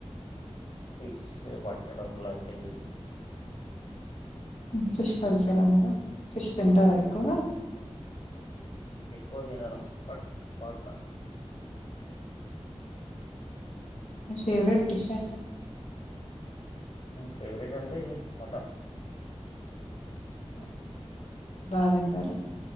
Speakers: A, on the left (about 60°); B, on the left (about 85°).
A: ఫిష్ వంటడం లాంటివి
B: ఫిష్ పడుతారా మీరు ఫిష్ తింటారా ఎక్కువ
A: ఎక్కువ తినను బట్ పాడతా
B: ఫేవరెట్ డిష్ అంట
A: ఫేవరెట్ అంటే మటన్
B: మ బా తింటారు